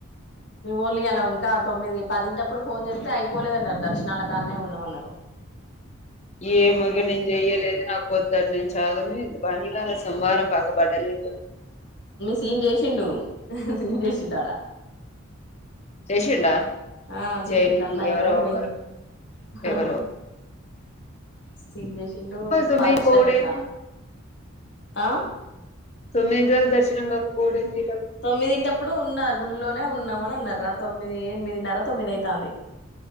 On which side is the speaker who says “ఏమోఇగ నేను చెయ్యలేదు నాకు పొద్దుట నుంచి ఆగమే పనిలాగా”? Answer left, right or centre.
Left